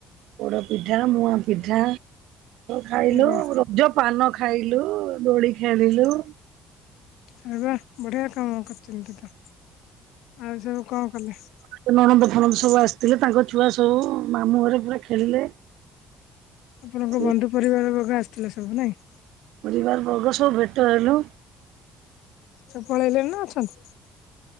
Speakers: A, on the right; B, on the left.
A: ପୋଡ଼ ପିଠା ମୁଆଁ ପିଠା ଖାଇଲୁ
B: ଆଜ୍ଞା
A: ରଜ ପାନ ଖାଇଲୁ ଦୋଳି ଖେଳିଲୁ
B: ଆରେ ବାଃ ବଢ଼ିଆ କାମ କରିଛନ୍ତି ତ। ଆଉ ସବୁ କଣ କଲେ?
A: ମୋ ନଣନ୍ଦ ଫଣନ୍ଦ ସବୁ ଆସିଥିଲେ ତାଙ୍କ ଛୁଆ ସବୁ ମାମୁଁ ଘରେ ପୁରା ଖେଳିଲେ
B: ଆପଣଙ୍କ
A: ସେ
B: ବନ୍ଧୁ ପରିବାର ବର୍ଗ ଆସିଥିଲେ ସବୁ ନାଇଁ?
A: ପରିବାର ବର୍ଗ ସବୁ ଭେଟ ହେଲୁ।
B: ସବୁ ପଳେଇଲେଣି ନା ଅଛନ୍ତି?